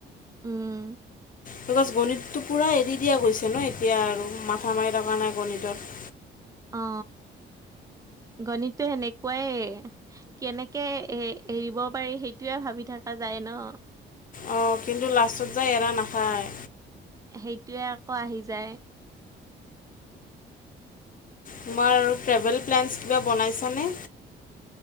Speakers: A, on the right (about 15°); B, on the left (about 45°).
A: উম
B: বিকজ গণিতটো পুৰা এৰি দিয়া গৈছে ন এতিয়া আৰু মাথা মাৰি থকা নাই গণিতত
A: অ গণিতটো সেনেকোৱাই কেনেকে এ এৰিব পাৰি সেইটোয়ে ভাবি থকা যায় ন
B: অ কিন্তু লাষ্টত যায় এৰা নাখায়
A: সেইটোয়ে আকৌ আহি যায়
B: তোমাৰ আৰু ট্ৰেভেল প্লেনছ কিবা বনাইছানে?